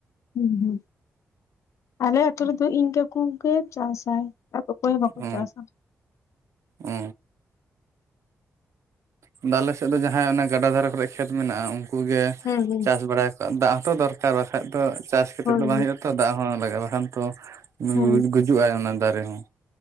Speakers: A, on the left; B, on the right.
A: ᱦᱩᱸ ᱦᱩᱸ᱾ ᱟᱞᱮ ᱟᱹᱛᱩ ᱨᱮᱫᱚ ᱤᱱ ᱠᱟᱹᱠᱩ ᱜᱮ ᱪᱟᱥ ᱟᱭ ᱟᱨ ᱚᱠᱚᱭ ᱦᱚᱸ ᱵᱟᱠᱚ
B: ᱚ
A: ᱪᱟᱥᱟ᱾
B: ᱚ ᱟᱫᱚ ᱟᱞᱮ ᱥᱮᱫ ᱫᱚ ᱡᱟᱦᱟᱸᱭ ᱚᱱᱟ ᱜᱟᱰᱟ ᱫᱷᱟᱨᱮ ᱠᱚᱨᱮᱜ ᱠᱷᱮᱛ ᱢᱮᱱᱟᱜᱼᱟ ᱩᱱᱠᱩ ᱜᱮ
A: ᱦᱩᱸ ᱦᱩᱸ
B: ᱪᱟᱥ ᱵᱟᱲᱟᱭᱟᱠᱚ ᱟᱨ ᱫᱟᱜ ᱦᱚᱸᱛᱚ ᱫᱚᱨ ᱠᱟᱨ ᱵᱟᱠᱷᱟᱡ ᱫᱚ ᱪᱟᱥ ᱠᱟᱛᱮᱫ
A: ᱦᱳᱭ
B: ᱫᱚ ᱵᱟᱝ ᱦᱩᱭᱩᱜ ᱟᱛᱚ ᱫᱟᱜ ᱦᱚᱸ ᱞᱟᱜᱟᱜᱼᱟ᱾ ᱵᱟᱠᱷᱟᱱ ᱛᱚ ᱜᱩᱡ-ᱜᱤᱡ
A: ᱦᱩᱸ
B: ᱡᱩᱜ ᱟᱭ ᱚᱱᱟ ᱫᱟᱨᱮ ᱦᱚᱸ